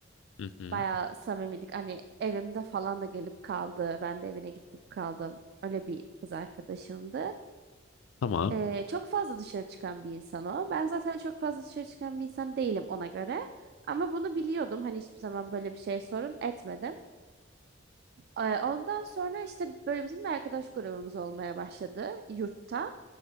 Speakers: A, on the left; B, on the right.
A: Hı hı,
B: Bayağı samimiydik. Hani evimde falan da gelip kaldı. Ben de evine gitip kaldım. Öyle bir kız arkadaşımdı.
A: tamam.
B: Ee, çok fazla dışarı çıkan bir insan o. Ben zaten çok fazla dışarı çıkan bir insan değilim ona göre. Ama bunu biliyordum. Hani hiçbir zaman böyle bir şey sorun etmedim. Ee, ondan sonra işte böyle bizim bir arkadaş grubumuz olmaya başladı yurtta.